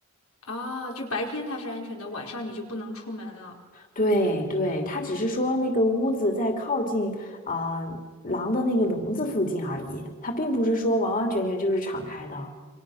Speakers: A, on the left; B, on the left.
A: 啊，就白天它是安全的，晚上你就不能出门了。
B: 对对，他只是说那个屋子在靠近啊、呃狼的那个笼子附近而已，它并不是说完完全全就是敞开的。